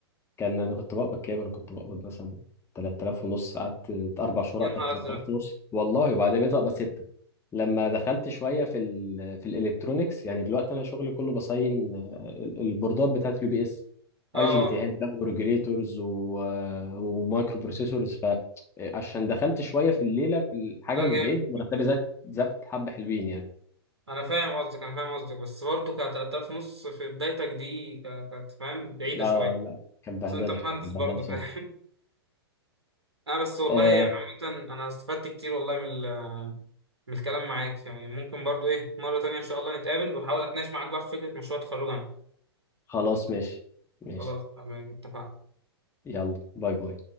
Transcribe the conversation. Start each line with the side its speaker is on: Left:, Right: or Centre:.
Left: كان انا كنت بقبض كام انا كنت بقبض مثلا 3000 ونص قعدت اربع شهور
Right: يا
Left: اقبض
Right: نهار
Left: 3000
Right: أزرق
Left: ونص والله وبعدين بقيت اقبض ستة لما دخلت شويه في ال في الالكترونيكس يعني دلوقتي انا شغلي كله بصين آه، ال- البوردات بتاعت اليو بي اس
Right: أه
Left: اي جي بي تي هات بقى وريجوليتورز ومايكرو بروسيسورز فعشان دخلت شويه في الليله في الحاجه
Right: لا
Left: مش
Right: جامد
Left: بعيد مرتبي زاد زاد حبه حلوين يعني
Right: أنا فاهم قصدك أنا فاهم قصدك بس برضه ك 3000 ونص في بدايتك دي ك- كانت فاهم بعيدة
Left: لا
Right: شوية
Left: لا كانت بهدله
Right: بس أنت مهندس
Left: كانت
Right: برضه
Left: بهدله بصراحه
Right: فاهم اه بس والله
Left: آه
Right: يعني عامة انا استفدت كتير والله من ال- من الكلام معاك يعني ممكن برضو ايه مرة تانية ان شاء الله نتقابل واحاول اتناقش معاك بقى في فكرة مشروع تخرجنا
Left: خلاص ماشي ماشي
Right: خلاص تمام اتفقنا
Left: يلا باي باي